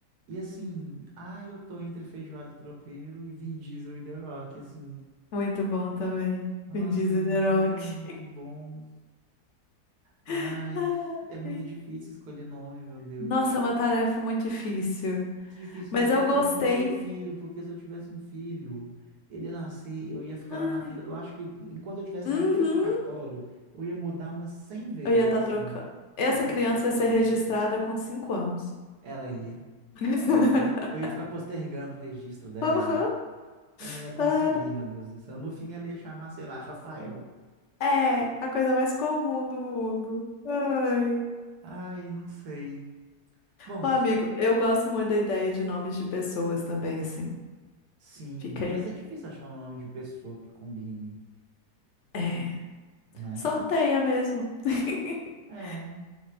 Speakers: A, on the right; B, on the left.
A: E assim, ai, eu tô entre feijoada e tropeiro e Vin Diesel e The Rock, assim.
B: Muito bom também.
A: Nossa,
B: Vin Diesel
A: Vin
B: The
A: Diesel
B: Rock.
A: é muito bom. Ai,
B: <laughs>
A: é muito
B: Ai.
A: difícil escolher nome, meu Deus.
B: Nossa, é uma tarefa muito difícil.
A: Muito difícil,
B: Mas
A: ainda bem
B: eu
A: que
B: gostei.
A: eu não, não tenho filho, porque se eu tivesse um filho, ele ia nascer, eu ia ficar
B: Ai.
A: lá na fila. Eu acho que enquanto eu estivesse
B: Uhum.
A: na fila do cartório, eu ia mudar umas 100 vezes,
B: Eu ia estar
A: assim.
B: trocando. Essa
A: Eu ia estar
B: criança
A: trocando.
B: ia ser registrada com 5 anos.
A: Ela ia.
B: <laughs>
A: Ela, ia ser- eu ia ficar postergando o registro dela.
B: Aham.
A: Eu não ia conseguir,
B: Ah,
A: meu Deus do céu. No fim, ela ia chamar, sei lá, Rafael.
B: É, a coisa mais comum do mundo. Ai.
A: Ai, não sei. Bom,
B: Ó, amigo, eu gosto muito da ideia de nomes de pessoas também, assim.
A: sim,
B: Fica aí.
A: mas é difícil achar um nome de pessoa que combine.
B: É,
A: né?
B: sorteia mesmo. <laughs>
A: É.